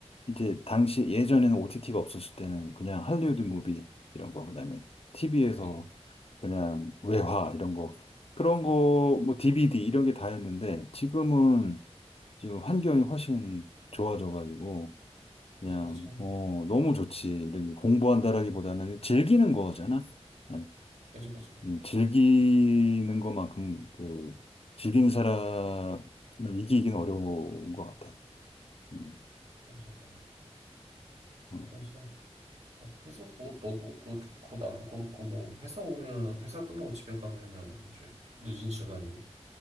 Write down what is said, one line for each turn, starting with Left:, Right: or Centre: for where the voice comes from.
Left: 이제 당시 예전에는 OTT가 없었을 때는 그냥 할리우드
Right: 응,
Left: 무비 이런 거 그다음에 TV에서
Right: 응, 응,
Left: 그냥 외화 이런 거 그런 거 뭐 DVD 이런 게 다였는데 지금은 지금 환경이 훨씬 좋아져가지고 그냥
Right: 그치, 그치.
Left: 어 너무 좋지 이렇게 공부한다라기보다는 즐기는 거잖아 그냥,
Right: 그치, 그치, 그치.
Left: 음,
Right: 그치.
Left: 즐기는 것만큼 그 즐기는 사람은 이기기는 어려운 것 같아 음,
Right: 맞아, 맞아.
Left: 어,
Right: 그래서, 그래서 뭐, 너도 그렇고, 나도 그렇고, 뭐, 회사 오면, 회사 끝나고 집에 가면은 이제 늦은 시간이고,